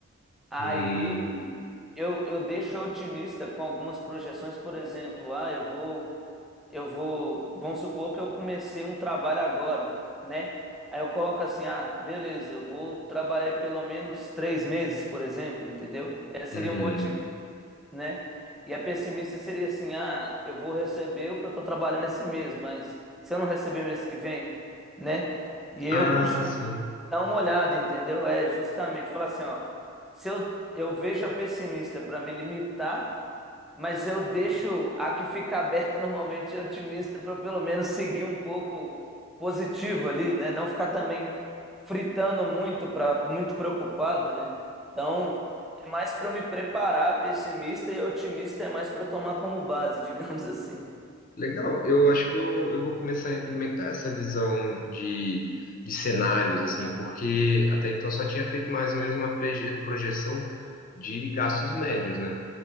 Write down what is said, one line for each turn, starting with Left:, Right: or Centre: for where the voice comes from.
Centre: Aí
Left: Hum,
Centre: eu, eu deixo a otimista com algumas projeções, por exemplo, ah, eu vou, eu vou, vamos supor que eu comecei um trabalho agora, né? Aí eu coloco assim, ah, beleza, eu vou trabalhar aí pelo menos três meses, por exemplo, entendeu? Essa
Left: uhum.
Centre: seria uma né? E a pessimista seria assim: ah, eu vou receber o que eu tô trabalhando esse mês, mas se eu não receber mês que vem, né? E eu
Left: Ah,
Centre: costumo
Left: sim.
Centre: dar uma olhada, entendeu? É justamente falar assim: ó, se eu, eu vejo a pessimista para me limitar. Mas eu deixo a que fica aberta <laughs> normalmente otimista para pelo menos seguir um pouco positivo ali, né? Não ficar também fritando muito para muito preocupado, né? Então, é mais para eu me preparar, pessimista e otimista é mais para eu tomar como base, <laughs> digamos assim.
Left: Legal, eu acho que eu, eu vou começar a implementar essa visão de, de cenários, assim, porque até então só tinha feito mais ou menos uma preje- projeção de gastos médios, né?